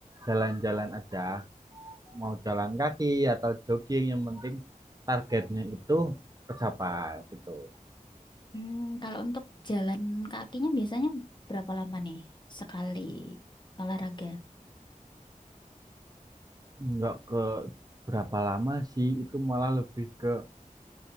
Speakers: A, on the right; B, on the left.
A: jalan-jalan aja. Mau jalan kaki atau jogging yang penting targetnya itu tercapai gitu.
B: Hmm, kalau untuk jalan kakinya biasanya berapa lama nih? Sekali olahraga.
A: nggak ke berapa lama sih itu malah lebih ke